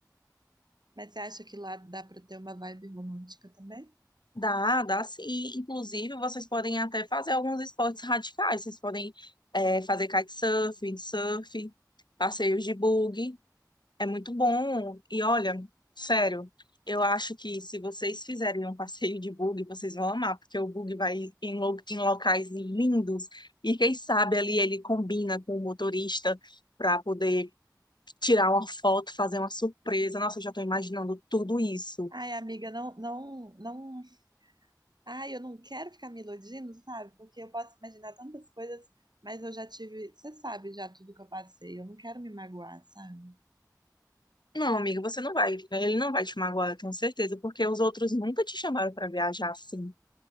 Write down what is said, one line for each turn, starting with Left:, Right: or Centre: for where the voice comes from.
Right: Mas você acha que lá dá pra ter uma vibe romântica também?
Left: Dá, dá sim. E, Inclusive, vocês podem até fazer alguns esportes radicais. Vocês podem é, fazer kitesurf, windsurf, passeios de buggy. É muito bom. E olha, sério, eu acho que se vocês fizerem um passeio de buggy, vocês vão amar, porque o buggy vai em, lo- em locais lindos. E quem sabe ali ele combina com o motorista para poder tirar uma foto, fazer uma surpresa. Nossa, eu já estou imaginando tudo isso.
Right: Ai, amiga, não, não, não. Ai, eu não quero ficar me iludindo, sabe? Porque eu posso imaginar tantas coisas, mas eu já tive. Você sabe já tudo que eu passei. Eu não quero me magoar, sabe?
Left: Não, amiga, você não vai. Ele não vai te magoar, eu tenho certeza, porque os outros nunca te chamaram pra viajar assim,